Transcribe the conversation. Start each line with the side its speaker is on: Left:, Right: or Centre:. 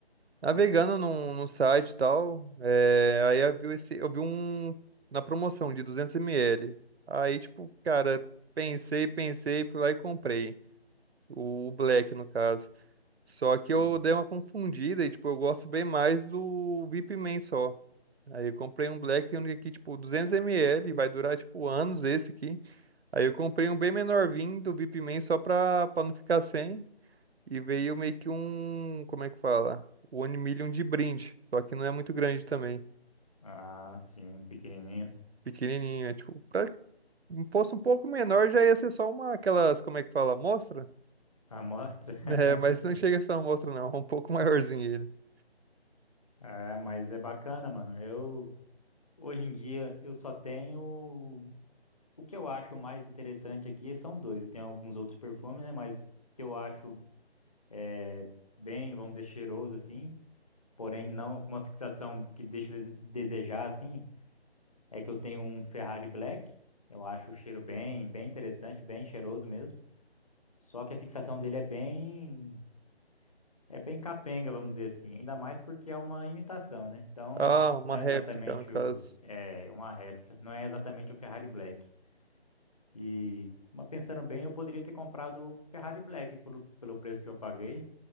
Right: Navegando num, num site e tal, é, aí eu vi, esse, eu vi um na promoção de 200ml. Aí, tipo, cara, pensei, pensei, fui lá e comprei. O, o Black, no caso. Só que eu
Left: Sim.
Right: dei uma confundida e, tipo, eu gosto bem mais do Vip Man só. Aí eu comprei um Black, tem um aqui, tipo, 200ml, vai durar, tipo, anos esse aqui. Aí eu comprei um bem menorzinho do Vip Man só pra, pra não ficar sem. E veio meio que um, como é que fala? O One Million de brinde, só que não é muito grande também,
Left: Ah, sim, um pequenininho.
Right: pequenininho, é tipo, pra- fosse um pouco menor já ia ser só uma, aquelas, como é que fala, amostra? <laughs>
Left: A Amostra.
Right: É, mas
Left: <laughs>
Right: não chega a ser uma amostra não, é um pouco maiorzinho ele.
Left: É, mas é bacana, mano. Eu hoje em dia eu só tenho o que eu acho mais interessante aqui são dois. Eu tenho alguns outros perfumes, né, mas o que eu acho é, bem, vamos dizer, cheiroso assim, porém não com uma fixação que deixa a dese- desejar assim. É que eu tenho um Ferrari Black. Eu acho o cheiro bem, bem interessante, bem cheiroso mesmo. Só que a fixação dele é bem, é bem capenga, vamos dizer assim. Ainda mais porque é uma imitação, né? Então,
Right: Ah, uma
Left: não é
Right: réplica
Left: exatamente
Right: no caso.
Left: o, é uma réplica, não é exatamente o Ferrari Black. E, mas pensando bem, eu poderia ter comprado o Ferrari Black pelo, pelo preço que eu paguei,